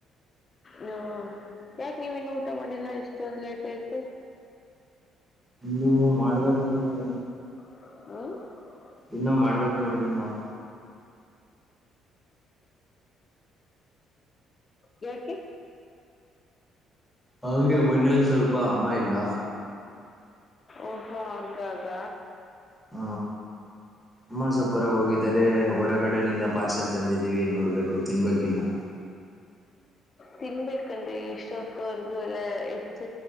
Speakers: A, on the left (about 25°); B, in the centre.
A: ನೀವು ಯಾಕೆ ನೀವ್ ಇನ್ನು ಊಟ ಮಾಡಿಲ್ಲ ಇಷ್ಟೊಂದ್ ಲೇಟ್ ಆಯ್ತು <inaudible>
B: ಇನ್ನು ಮಾಡ್ಬೇಕ ನೋಡ್ರಿ
A: ಹ
B: ಇನ್ನು ಮಾಡ್ಬೇಕ್ ನೋಡ್ರಿ ನಾವು
A: <inaudible> ಯಾಕೆ
B: ಹಾಗೆ ಮನೇಯಲ್ಲಿ ಸ್ವಲ್ಪ ಅಮ್ಮ ಇಲ್ಲ
A: ಓಹೋ ಹಂಗಾಗ
B: ಹ ಅಮ್ಮ ಸ್ವಲ್ಪ ಹೊರಗ್ ಹೋಗಿದ್ದಾರೆ ಹೊರಗಡೆಯಿಂದ ಪಾರ್ಸೆಲ್ ತಂದಿದ್ದೀವಿ ನೋಡ್ಬೇಕು ತಿನ್ಬೇಕಿನ್ನ
A: ತಿನ್ಬೇಕಲ್ರಿ ಇಷ್ಟೊತ್ತವರ್ಗೂ ಎಲ್ಲಾ ಹೆಚ್ಚ